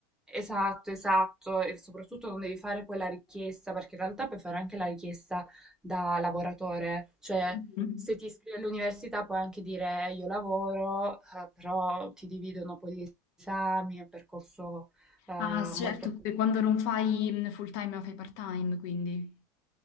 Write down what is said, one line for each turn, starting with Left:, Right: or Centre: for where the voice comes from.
Centre: Esatto, esatto, e soprattutto non devi fare poi la richiesta, perché in realtà puoi fare anche la richiesta da lavoratore, cioè
Left: Mhm.
Centre: se ti iscrivi all'università puoi anche dire "Eh, io lavoro, eh, però ti dividono poi gli esami, è un percorso eh,
Left: Ah, certo,
Centre: molto più
Left: per quando non fai mm, full time ma fai part time, quindi